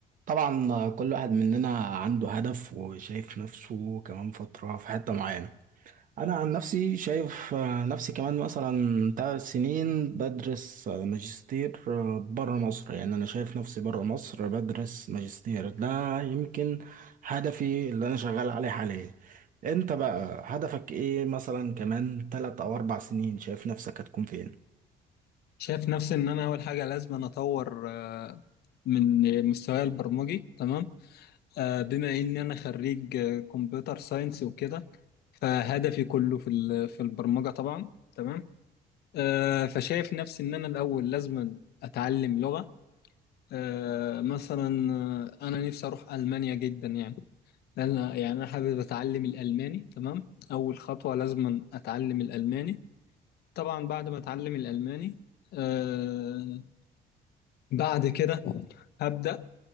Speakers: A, on the right; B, on the left.
A: طبعا كل واحد مننا عنده هدف وشايف نفسه كمان فترة في حتة معينة أنا عن نفسي شايف آه، نفسي كمان مثلا ثلاث سنين بدرس آه، ماجستير بره مصر يعني أنا شايف نفسي بره مصر بدرس ماجستير ده يمكن هدفي اللي أنا شغال عليه حاليا أنت بقى هدفك إيه مثلا كمان ثلاث أو أربع سنين شايف نفسك هتكون فين؟
B: شايف نفسي ان انا اول حاجه لازم أنا اطور آه، من مستواي البرمجي تمام آه، بما ان انا خريج آه، كمبيوتر ساينس وكده فهدفي كله في ال- في البرمجه طبعا تمام آه، فشايف نفسي ان انا الاول لازم اتعلم لغه آه، مثلا آه، انا نفسي اروح المانيا جدا يعني لأن- يعني انا حابب اتعلم الالماني تمام اول خطوه لازم اتعلم الالماني طبعا بعد ما اتعلم الالماني آه، بعد كده هبدأ